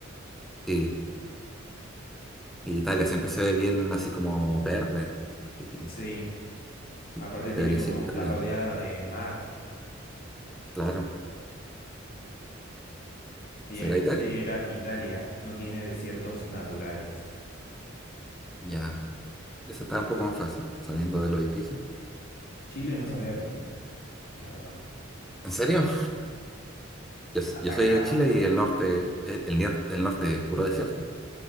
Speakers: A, in the centre; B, on the left.
A: Sí, y Italia siempre se ve bien así como verde, así que
B: Sí,
A: y-
B: aparte
A: debería
B: tienen como
A: ser Italia,
B: está rodeada de mar.
A: claro.
B: Bien,
A: ¿Será Italia?
B: sí, era Italia, no tiene desiertos naturales.
A: Ya, esa está un poco más fácil, saliendo de lo difícil.
B: Chile no sabía que tenía, la verdad.
A: ¿En serio? Yo, s-
B: Atacama.
A: yo soy de Chile y el norte,
B: <laughs>
A: el, el, nier- el norte es puro desierto.